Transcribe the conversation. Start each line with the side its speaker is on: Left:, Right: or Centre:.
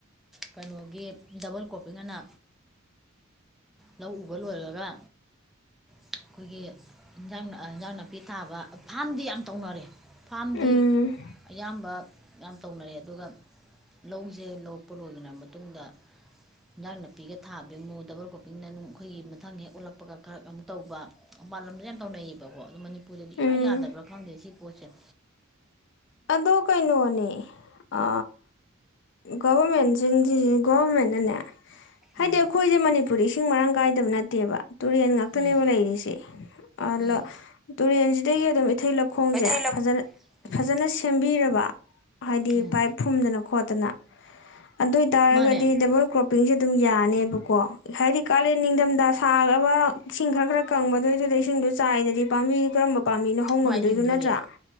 Centre: ꯀꯩꯅꯣꯒꯤ ꯗꯕꯜ ꯀꯣ ꯑꯩ ꯉꯅ ꯂꯧ ꯎꯕ ꯂꯣꯏꯔꯒ ꯑꯩꯈꯣꯏꯒꯤ ꯏꯟꯖꯥꯡ ꯏꯟꯖꯥꯡ ꯅꯥꯄꯤ ꯊꯥꯕ ꯐꯥꯝꯗꯤ ꯌꯥꯝ ꯇꯧꯅꯔꯦ ꯐꯥꯝꯗꯤ
Left: ꯎꯝ
Centre: ꯑꯌꯥꯝꯕ ꯌꯥꯝ ꯇꯧꯅꯔꯦ ꯑꯗꯨꯒ ꯂꯧꯁꯦ ꯂꯧꯄ ꯂꯣꯏꯈꯔꯕ ꯃꯇꯨꯡꯗ ꯍꯟꯖꯥꯡ ꯅꯥꯄꯤꯒ ꯊꯥꯕꯤꯔꯝꯃꯨ ꯗꯕꯜ ꯀꯒꯣꯄꯤꯡꯗ ꯅꯨꯡ ꯑꯩꯈꯣꯏꯒꯤ ꯃꯊꯪ ꯍꯦꯛ ꯑꯣꯜꯂꯛꯄꯒ ꯈꯔ ꯑꯃꯨꯛ ꯇꯧꯕ ꯃꯄꯥꯟ ꯂꯝꯗ ꯌꯥꯝ ꯇꯧꯅꯩꯌꯦꯕꯀꯣ ꯑ ꯃꯅꯤꯄꯨꯔꯗꯗꯤ
Left: ꯎꯝ
Centre: ꯏꯌꯥ ꯌꯥꯗꯕ꯭ꯔꯥ ꯈꯪꯗꯦ ꯁꯤ ꯄ ꯆꯦꯛ
Left: ꯑꯗꯣ ꯀꯩꯅꯣꯅꯦ ꯑ ꯒꯣꯕꯔꯃꯦꯟꯁꯤꯡꯁꯤ ꯒꯣꯔꯔꯃꯃꯦꯟꯅꯅꯦ ꯍꯥꯏꯗꯤ
Centre: ꯎꯝ
Left: ꯑꯩꯈꯣꯏꯁꯦ ꯃꯅꯤꯄꯨꯔꯤ ꯏꯁꯤꯡ ꯃꯔꯥꯡ ꯀꯥꯏꯗꯕ ꯅꯠꯇꯦꯕ ꯇꯨꯔꯦꯟ ꯉꯥꯛꯇꯅꯦꯕ
Centre: ꯎꯝ
Left: ꯂꯩꯔꯤꯁꯦ ꯑꯗ
Centre: ꯎꯝ
Left: ꯇꯨꯔꯦꯟꯁꯤꯗꯒꯤ ꯑꯗꯨꯝ ꯏꯊꯩ ꯂꯧꯈꯣꯡꯁꯦ
Centre: ꯂꯣꯏ ꯊꯩ ꯂꯧ
Left: ꯐꯖꯅ
Centre: ꯎꯝ
Left: ꯐꯖꯅ ꯁꯦꯝꯕꯤꯔꯕ ꯍꯥꯏꯗꯤ
Centre: ꯎꯝ
Left: ꯄꯥꯏꯞ ꯐꯨꯝꯗꯅ ꯈꯣꯠꯇꯅ ꯑꯗꯨ ꯑꯣꯏꯇꯥꯔꯒꯗꯤ
Centre: ꯃꯥꯅꯦ
Left: ꯗꯕꯜ ꯀ꯭ꯔꯣꯞꯄꯤꯡꯁꯦ ꯑꯗꯨꯝ ꯌꯥꯅꯦꯕꯀꯣ ꯍꯥꯏꯗꯤ ꯀꯥꯂꯦꯟ ꯅꯤꯡꯊꯝꯊ ꯁꯥꯕ ꯏꯁꯤꯡ ꯈꯔ ꯈꯔ ꯀꯪꯕꯗꯣꯏꯗꯨꯗ ꯏꯁꯤꯡ ꯆꯥꯏꯗꯗꯤ ꯄꯥꯝꯕꯤ ꯀꯔꯝꯕ ꯄꯥꯝꯕꯤꯅ ꯍꯧ
Centre: ꯍꯋꯥꯏ
Left: ꯉꯝꯗꯣꯏꯗꯨ
Centre: ꯍꯤꯡꯗꯣꯔꯦ
Left: ꯅꯠꯇ꯭ꯔꯥ